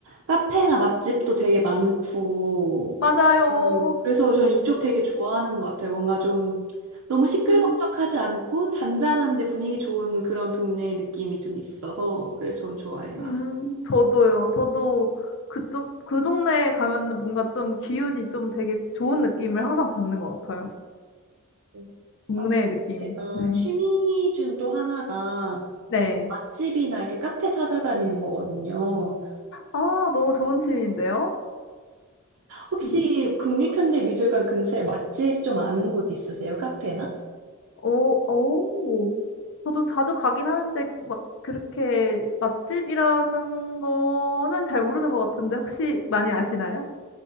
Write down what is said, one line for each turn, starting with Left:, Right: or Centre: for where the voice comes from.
Right: 카페나 맛집도 되게 많고,
Left: 맞아요.
Right: 음, 그래서 저는 이쪽 되게 좋아하는 것 같아요. 뭔가 좀 너무 시끌벅적하지
Left: 음,
Right: 않고 잔잔한데 분위기 좋은 그런 동네 느낌이 좀 있어서, 그래서 저는 좋아해요.
Left: 음, 저도요. 저도 그쪽 그 동네에 가면 뭔가 좀 기운이 좀 되게 좋은 느낌을 항상 받는 것 같아요.
Right: 음.
Left: 동네의
Right: 아, 그리고
Left: 느낌이.
Right: 제가
Left: <laughs>
Right: 취미 중 또 하나가
Left: 네.
Right: 맛집이나 이렇게 카페 찾아다니는 거거든요.
Left: 아, 너무 좋은 취미인데요.
Right: 혹시
Left: <laughs>
Right: 국립현대미술관 근처에 맛집 좀 아는 곳 있으세요? 카페나?
Left: 오, 오. 저도 자주 가긴 하는데, 막, 그렇게 맛집이라는 거는 잘 모르는 것 같은데, 혹시 많이 아시나요?